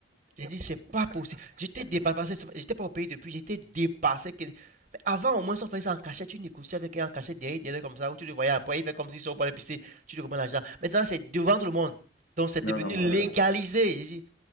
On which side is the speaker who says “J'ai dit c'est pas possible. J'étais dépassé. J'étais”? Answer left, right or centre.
Right